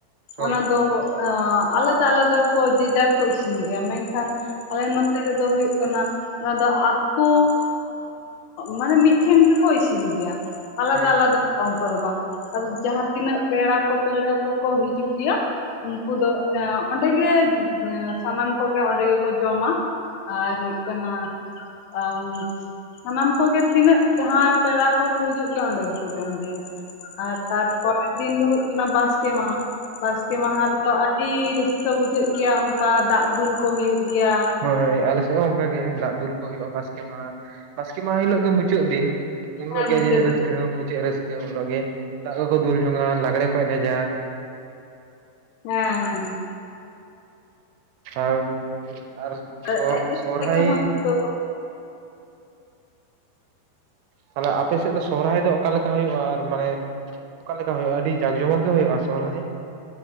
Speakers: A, on the right (about 85°); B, on the left (about 80°).
A: ᱦᱳᱭ
B: ᱚᱱᱟ ᱫᱚ, ᱠᱚ ᱟᱹ ᱟᱞᱮᱛᱮ ᱟᱞᱮᱛᱮ ᱠᱚ ᱡᱮᱡᱟᱲ ᱠᱚ ᱤᱥᱤᱱ ᱜᱮᱭᱟ ᱢᱮᱱᱠᱷᱟᱱ, ᱟᱞᱮ ᱱᱚᱛᱮ ᱨᱮᱫᱚ ᱦᱩᱭᱩᱜ ᱠᱟᱱᱟ᱾ ᱚᱱᱟ ᱫᱚ ᱟᱛᱳ, ᱢᱟᱱᱮ ᱢᱤᱫ ᱴᱷᱮᱱ ᱜᱮᱠᱚ ᱤᱥᱤᱱ ᱜᱮᱭᱟ᱾ ᱟᱞᱟᱫᱟ
A: ᱦᱩᱸ
B: ᱟᱞᱟᱫᱟ ᱚᱱᱠᱟ ᱫᱚ ᱵᱟᱝ᱾ ᱟᱫᱚ ᱡᱟᱦᱟᱸ ᱛᱤᱱᱟᱹᱜ ᱯᱮᱲᱟ ᱠᱚ ᱯᱟᱹᱲᱦᱟᱹ ᱠᱚᱠᱚ ᱦᱤᱡᱩᱜ ᱜᱮᱭᱟ ᱩᱱᱠᱩ ᱫᱚ ᱮ ᱚᱸᱰᱮᱜᱮ, ᱥᱟᱱᱟᱢ ᱠᱚᱜᱮ ᱚᱸᱰᱮ ᱜᱮᱠᱚ ᱡᱚᱢᱟ ᱟᱨ ᱦᱩᱭᱩᱜ ᱠᱟᱱᱟ᱾ ᱟᱢ, ᱥᱟᱱᱟᱢ ᱠᱚᱜᱮ ᱛᱤᱱᱟᱹᱜ ᱡᱟᱦᱟᱸ ᱯᱮᱲᱟ ᱠᱚᱠᱚ ᱦᱤᱡᱩᱜ ᱜᱮᱭᱟ ᱚᱸᱰᱮ ᱜᱮᱠᱚ ᱡᱚᱢ ᱜᱮᱭᱟ᱾ ᱟᱨ ᱛᱟᱨᱯᱚᱨᱮᱨ ᱫᱤᱱ ᱫᱚ ᱦᱩᱭᱩᱜ ᱠᱟᱱᱟ ᱵᱟᱥᱠᱮ ᱢᱟᱦᱟ ᱵᱟᱥᱠᱮ ᱢᱟᱦᱟ ᱨᱮᱫᱚ, ᱟᱹᱰᱤ ᱨᱟᱹᱥᱠᱟᱹ ᱵᱩᱡᱷᱟᱹᱜ ᱜᱮᱭᱟ ᱚᱱᱠᱟ ᱫᱟᱜ ᱫᱩᱞ ᱠᱚ ᱦᱩᱭᱩᱜ ᱜᱮᱭᱟ᱾
A: ᱦᱳᱭ ᱟᱞᱮᱥᱮᱫ ᱦᱚᱸ ᱚᱱᱠᱟ ᱜᱮ ᱫᱟᱜ ᱫᱩᱞ ᱠᱚ ᱦᱩᱭᱩᱜᱼᱟ ᱵᱟᱥᱠᱮ ᱢᱟᱦᱟ ᱵᱟᱥᱠᱮ ᱢᱟᱦᱟ ᱦᱤᱞᱳᱜ ᱜᱮ ᱢᱩᱪᱟᱹᱫ ᱫᱤᱱ᱾ ᱩᱱ ᱦᱤᱞᱳᱜ
B: ᱦᱮᱸ
A: ᱜᱮ
B: ᱢᱩᱪᱟᱹᱫ
A: ᱡᱮ
B: ᱫᱤᱱ
A: ᱨᱟᱹᱥᱠᱟᱹ ᱢᱩᱪᱟᱹᱫ ᱨᱟᱹᱥᱠᱟᱹ ᱩᱱ ᱦᱤᱞᱳᱜ ᱜᱮ ᱫᱟᱜ ᱠᱚᱠᱚ ᱫᱩᱞ ᱡᱚᱝᱼᱟ ᱞᱟᱜᱽᱲᱮ ᱠᱚ ᱮᱱᱮᱡᱟ᱾
B: ᱦᱮᱸ ᱦᱮᱸ᱾
A: ᱟᱨ ᱟᱨ,
B: ᱦᱮᱸ
A: ᱥᱚ
B: ᱮᱱᱮᱡ
A: ᱥᱚᱨᱦᱟᱭ,
B: ᱨᱮᱜᱮ ᱦᱚᱸ ᱪᱷᱩᱴᱟᱹᱣ ᱠᱚ
A: ᱛᱟᱦᱞᱮ ᱟᱯᱮ ᱥᱮᱫ ᱫᱚ ᱥᱚᱨᱦᱟᱭ ᱫᱚ ᱚᱠᱟᱞᱮᱠᱟ ᱦᱩᱭᱩᱜᱼᱟ ᱟᱨ ᱢᱟᱱᱮ? ᱚᱠᱟᱞᱮᱠᱟ ᱦᱩᱭᱩᱜᱼᱟ ᱟᱹᱰᱤ ᱡᱟᱠ ᱡᱚᱢᱚᱠ ᱜᱮ ᱦᱩᱭᱩᱜᱼᱟ ᱥᱚᱨᱦᱟᱭ?